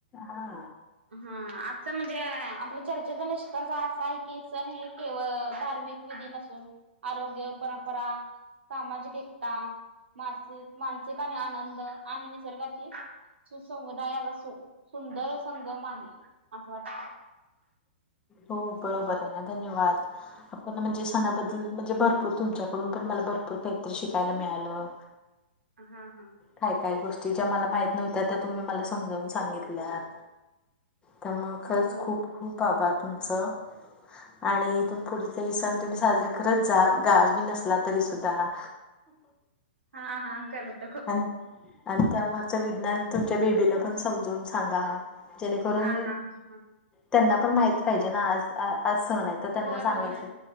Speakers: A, on the left; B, on the right.
A: हा.
B: हा आजच म्हणजे आपल्या चर्चेचा निष्कर्ष असा आहे की, सण हे. केवळ धार्मिक विधी नसून, आरोग्य परंपरा सामाजिक एकता. मासिक मानसिक आणि आनंद आणि निसर्गाची. सुसमुदायाचा सु सुंदर संगम आहे असं वाटतं.
A: हो बरोबर आहे धन्यवाद. म्हणजे सणाबद्दल म्हणजे तुमच्याकडून पण मला भरपूर काहीतरी शिकायला मिळालं.
B: हा हा.
A: काय काय गोष्टी ज्या मला माहित नव्हत्या त्या तुम्ही मला समजावून सांगितल्यात. तर मग खरंच
B: हो हो
A: खूप
B: हो.
A: खूप आभार तुमचं आणि इथून पुढ ह सण तुम्ही साजराे करत जा, गावी नसला तरी सुद्धा.
B: हा हा करत
A: आणि आणि त्या मागचं विज्ञान तुमच्या बेबीला पण समजवून सांगा. जेणेकरून.
B: हा हा हा हा.
A: त्यांना पण माहित पाहिजे ना आज आज सन आहे त्यांना
B: होय
A: सांगायचं.
B: होय